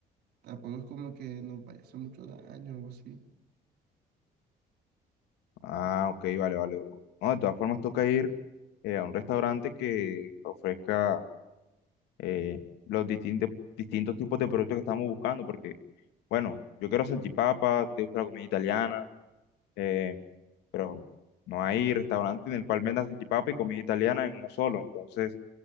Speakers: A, on the right (about 70°); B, on the left (about 90°).
A: tampoco es como que nos vaya a hacer mucho daño o así.
B: Ah, ok, vale, vale, bro. No, de todas formas toca ir eh, a un restaurante que ofrezca eh, los distintos, distintos tipos de productos que estamos buscando porque, bueno, yo quiero salchipapa, a ti te gusta la comida italiana, eh, pero no hay restaurante en el cual venda salchipapa y comida italiana en uno solo. Entonces